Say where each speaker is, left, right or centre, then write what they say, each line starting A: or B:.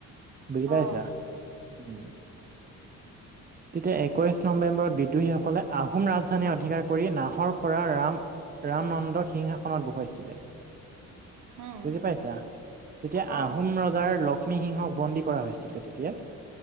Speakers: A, on the right; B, on the right.
A: বুজি পাইছা।
B: অ
A: উম। তেতিয়া একৈশ নৱেম্বৰত বিদ্ৰোহীসকলে আহোম ৰাজধানী অধিকাৰ কৰি নাহৰ খোৰাৰ ৰাম। ৰামনন্দৰ সিংহাসনত বহুৱাইছিলে।
B: উম,
A: বুজি পাইছা তেতিয়া
B: অ',
A: আহোম ৰজাৰ লক্ষ্মীসিংহক বন্দী কৰা হৈছে। তেতিয়া